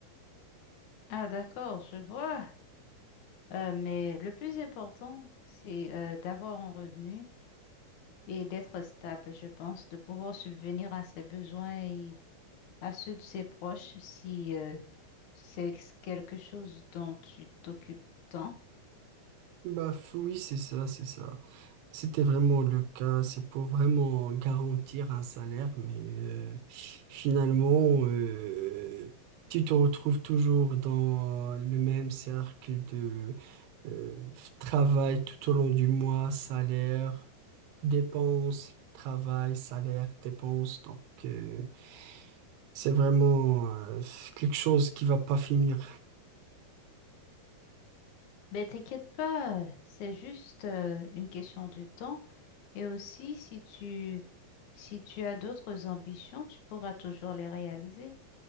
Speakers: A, on the left; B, on the right.
A: Ah, d'accord, je vois. Euh, mais le plus important, c'est euh, d'avoir un revenu et d'être stable, je pense, de pouvoir subvenir à ses besoins et à ceux de ses proches si... euh, C'est quelque chose dont tu t'occupes tant.
B: Bah f- oui, c'est ça, c'est ça. C'était vraiment le cas, c'est pour vraiment garantir un salaire, mais euh, finalement, euh, tu te retrouves toujours dans le même cercle de euh, travail tout au long du mois, salaire, dépenses, travail, salaire, dépenses. Donc, euh, C'est vraiment euh, quelque chose qui va pas finir.
A: Mais t'inquiète pas, c'est juste euh, une question de temps. Et aussi, si tu, si tu as d'autres ambitions, tu pourras toujours les réaliser.